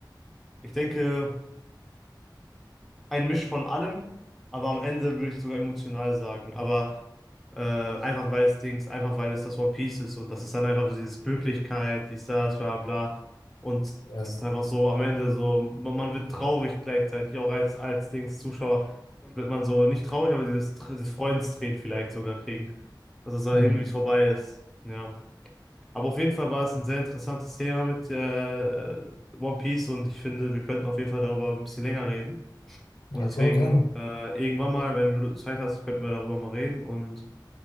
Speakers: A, in the centre; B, on the left.
A: ich denke. ein Misch von allem, aber am Ende würde ich sogar emotional sagen. Aber äh, einfach weil es Dings, einfach weil es das One Piece ist und das ist dann einfach so dieses Glücklichkeit, dies, das, bla bla. Und
B: Ja,
A: das ist einfach so am Ende so, man, man wird traurig gleichzeitig, auch als, als Dings Zuschauer wird man so nicht traurig, aber dieses, Tr- dieses Freudentränen vielleicht sogar kriegen, dass es dann
B: mhm.
A: irgendwie vorbei ist. Ja. Aber auf jeden Fall war es ein sehr interessantes Thema mit äh, One Piece und ich finde, wir könnten auf jeden Fall darüber ein bisschen länger reden.
B: Ja,
A: Und deswegen,
B: klar, gerne.
A: äh, irgendwann mal, wenn du Zeit hast, könnten wir darüber mal reden. Und